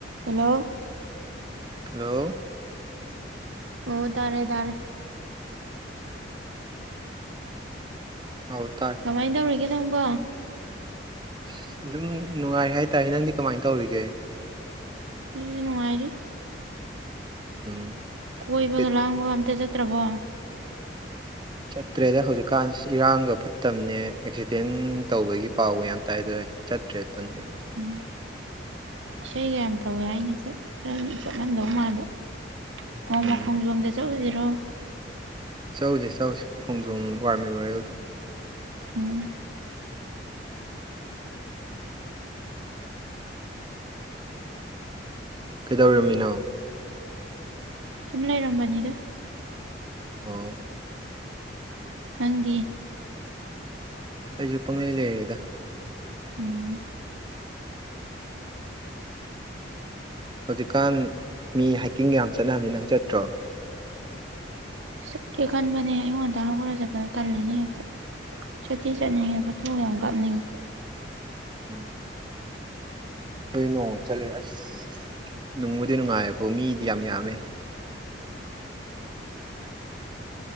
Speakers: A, on the right; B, on the right.
A: Hello.
B: Hello.
A: ꯑꯣ ꯇꯥꯔꯦ ꯇꯥꯔꯦ꯫
B: ꯍꯥꯎ ꯇꯥ꯫
A: ꯀꯃꯥꯏꯟ ꯇꯧꯔꯤꯒꯦ ꯅꯪꯕꯣ꯫
B: ꯑꯁ ꯑꯗꯨꯝ ꯅꯨꯡꯉꯥꯏꯔꯤ ꯍꯥꯏꯇꯥꯔꯦ ꯅꯪꯗꯤ ꯀꯃꯥꯏꯟ ꯇꯧꯔꯤꯒꯦ꯫
A: ꯍꯧꯁꯨ ꯅꯨꯡꯉꯥꯏꯔꯤ꯫
B: ꯎꯝ
A: ꯀꯣꯏꯕꯒ
B: ꯀꯩ-
A: ꯂꯥꯡꯕꯒ ꯑꯝꯇ ꯆꯠꯇ꯭ꯔꯕꯣ꯫
B: ꯆꯠꯇ꯭ꯔꯦꯗ ꯍꯧꯖꯤꯛꯀꯥꯟꯁꯤ ꯏꯔꯥꯡꯒ ꯐꯠꯇꯕꯅꯦ ꯑꯦꯛꯁꯤꯗꯦꯟ ꯇꯧꯕꯒꯤ ꯄꯥꯎꯒ ꯌꯥꯝ ꯇꯥꯏ ꯑꯗꯨꯅ ꯑꯩ꯫ ꯆꯠꯇꯔ꯭ꯦ ꯇꯟꯗꯅ꯫
A: ꯎꯝ ꯏꯁꯩꯒ ꯌꯥꯝ ꯇꯧꯋꯦ ꯍꯥꯏꯅꯦ ꯆꯠ ꯈ꯭ꯔꯅꯤ ꯆꯠꯂꯝꯗꯧ ꯃꯥꯟꯕ꯫ ꯅꯣꯡꯃ
B: ꯎꯝ
A: ꯈꯣꯝꯖꯣꯝꯗ ꯆꯠꯂꯨꯁꯤꯔꯣ꯫
B: ꯆꯥꯎꯁꯦ ꯆꯥꯎꯁꯦ ꯈꯣꯡꯖꯣꯝ ꯋꯥꯔ ꯃꯦꯃꯣꯔꯤꯌꯦꯜꯗ꯫
A: ꯎꯝ꯫
B: ꯀꯩꯗꯧꯔꯝꯃꯤꯅꯣ꯫
A: ꯁꯨꯝ ꯂꯩꯔꯝꯕꯅꯤꯗ꯫
B: ꯎꯝ
A: ꯅꯪꯗꯤ
B: ꯑꯩꯁꯨ ꯄꯪꯂꯪꯂꯩ ꯂꯩꯔꯤꯗ
A: ꯎꯝ
B: ꯍꯧꯖꯤꯛꯀꯥꯟ ꯃꯤ ꯍꯥꯏꯀꯤꯡꯒ ꯌꯥꯝ ꯆꯠꯅꯕꯅꯤ ꯅꯪ ꯆꯠꯇ꯭ꯔꯣ
A: ꯆꯠꯀꯦ ꯈꯟꯕꯅꯦ ꯑꯩꯉꯣꯟꯗ ꯍꯧꯒꯠꯂꯒ ꯆꯠꯄꯅ ꯇꯜꯜꯂꯤꯅꯦ ꯍꯦꯛꯇ ꯁꯇꯤ ꯆꯠꯅꯤꯡꯉꯦ ꯐꯣꯇꯣ ꯀ ꯌꯥꯝ ꯀꯥꯞꯅꯤꯡꯉꯦ
B: ꯎꯝ ꯑꯩꯈꯣꯏ ꯅꯣꯡꯃ ꯆꯠꯂꯨꯦ ꯑꯁ ꯅꯨꯡꯕꯨꯗꯤ ꯅꯨꯡꯉꯥꯏꯌꯦꯕꯣ ꯃꯤꯗꯤ ꯌꯥꯝ ꯌꯥꯝꯃꯦ